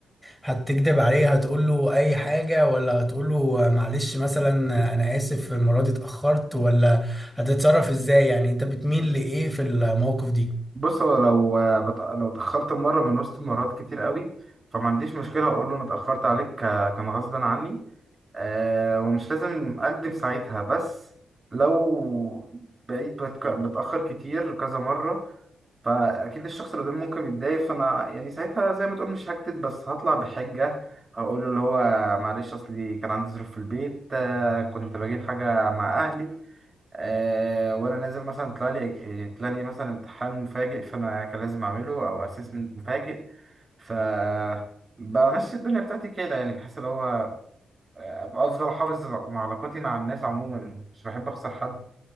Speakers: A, in the centre; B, on the right.
A: هتكدب عليه هتقول له اي حاجة ولا هتقول له معلش مثلا انا اسف المرة دي اتأخرت ولا هتتصرف ازاي يعني انت بتميل لايه في المواقف دي
B: بص هو لو آه، بت... لو اتأخرت مرة من وسط مرات كتير قوي فما عنديش مشكلة أقول له أنا اتأخرت عليك ك... كان غصبا عني آه ومش لازم أكدب ساعتها بس لو بقيت بتك... بتأخر كتير كذا مرة فأكيد الشخص اللي قدامي ممكن يتضايق فأنا يعني ساعتها زي ما تقول مش هكدب بس هطلع بحجة هقول له اللي هو معلش أصلي كان عندي ظروف في البيت آه كنت بجيب حاجة مع أهلي آه وانا نازل مثلا طلع لي طلع لي مثلا امتحان مفاجئ فانا كان لازم اعمله او اسسمنت مفاجئ ف بمشي الدنيا بتاعتي كده يعني بحس اللي هو آه، أبقى افضل احافظ مع علاقاتي مع الناس عموما مش بحب اخسر حد